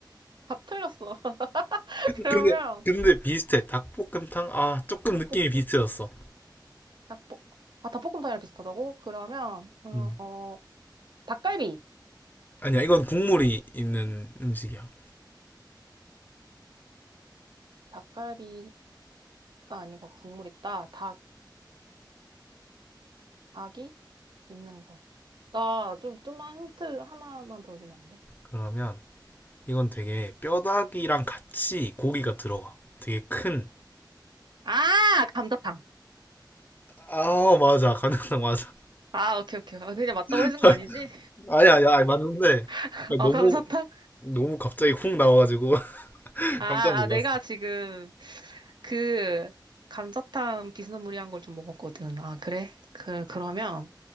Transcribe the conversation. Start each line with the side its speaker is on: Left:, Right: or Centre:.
Right: 다 틀렸어. <laughs> 그러면
Left: 근데 근데 비슷해. 닭볶음탕 아 조금
Right: 닭볶음탕
Left: 느낌이 비슷해졌어.
Right: 닭볶, 아, 닭볶음탕이랑 비슷하다고? 그러면, 음,
Left: 음.
Right: 어, 닭갈비.
Left: 아니야 이건 국물이 있는 음식이야.
Right: 닭갈비가 아니고 국물 있다. 닭, 닭이 있는 거. 나 좀, 좀만 힌트 하나만 더 주면 안 돼?
Left: 그러면 이건 되게 뼈다귀랑 같이 고기가 들어가. 되게 큰.
Right: 아, 감자탕.
Left: 아 맞아 간장탕 맞아.
Right: 아, 오케이, 오케이. 아, 그냥 맞다고
Left: <laughs>
Right: 해준 거 아니지?
Left: 아니 야 아니 아니 맞는데
Right: <laughs>
Left: 그러니까
Right: 아,
Left: 너무
Right: 감자탕?
Left: 너무 갑자기 훅 나와가지고 <laughs>
Right: 아,
Left: 깜짝 놀랐어.
Right: 아, 내가 지금 그 감자탕 비스무리한 걸 좀 먹었거든. 아, 그래? 그, 그러면.